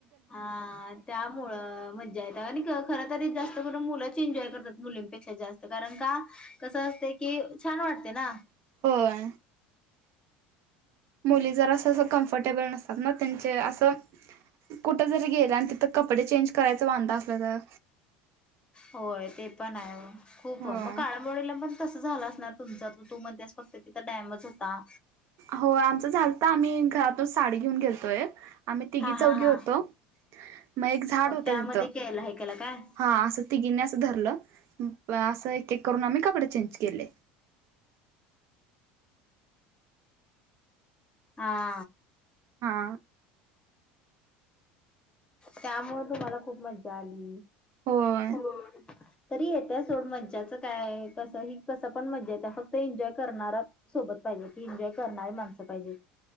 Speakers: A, on the left; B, on the right.
A: हा, त्यामुळं मज आणि खरंतरी जास्त करून मुलंच एन्जॉय करतात मुलींपेक्षा जास्त कारण का कसं असते की छान वाटते ना.
B: होय. मुली जर असं अस कम्फर्टेबल नसतात ना त्यांचे असं कुठं जरी गेलं आणि तिथं कपडे चेंज करायच वांध असलं तर.
A: होय ते पण आहे. खूप
B: हो.
A: मग काळमवाडी ला पण कसं झालं असणार तुमच, त तू म्हणतेस फक्त तिथं डॅमच होता
B: हो आमचं झालत, आम्ही घरातूनच साडी घेऊन गेलेतो एक. आम्ही तिघी
A: हा
B: चौघी
A: हा हा
B: होतो. <inaudible> मग एक झाड
A: मग
B: होत
A: त्यामध्ये
B: तिथं,
A: केला हे केला काय
B: हा असं तिघींनी असं धरलं असं एक एक करून आम्ही कपडे चेंज केले.
A: हा.
B: हा.
A: त्यामुळे तुम्हाला मला खूप मज्जा आली.
B: होय.
A: हो. तरी येत्या सोड मज्याच काय कसं ही कसं पण मज्या येत्या, फक्त एन्जॉय करणारा सोबत पाहिजे, की एन्जॉय करणारी माणसं पाहिजेत.